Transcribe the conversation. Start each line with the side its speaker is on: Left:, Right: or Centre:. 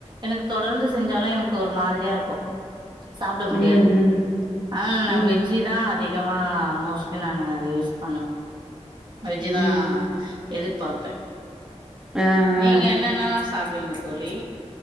Right: எனக்கு தொடர்ந்து செஞ்சாலு எனக்கு ஒரு மாதிரியா இருக்கு சாப்ட முடியாது
Centre: ம்
Right: ஆ நா
Centre: ம் ம்
Right: வெஜ்ஜிதா
Centre: ம்
Right: அதிகமா மோஸ்ட்லி நானு அத யூஸ் பண்ணுவே வெஜ்தா
Centre: ம்
Right: எதிர்ப் பாப்பே
Centre: ஆ
Right: நீங்க
Centre: ஆ
Right: என்னென்னல்லா சாப்டுவீங்க தோழி